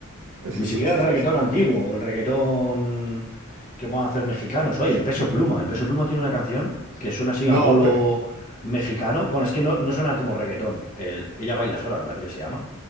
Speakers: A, on the right (about 75°); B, on the left (about 35°).
A: es-
B: ni
A: es-
B: siquiera
A: es- es-
B: el reggaetón
A: es-
B: antiguo o el reggaetón que puedan hacer mexicanos. Oye, el Peso Pluma. El Peso Pluma tiene una canción que suena así a
A: No,
B: polo
A: pe-
B: mexicano. Bueno, es que no, no suena como reggaetón. El- ella baila sola, me parece que se llama.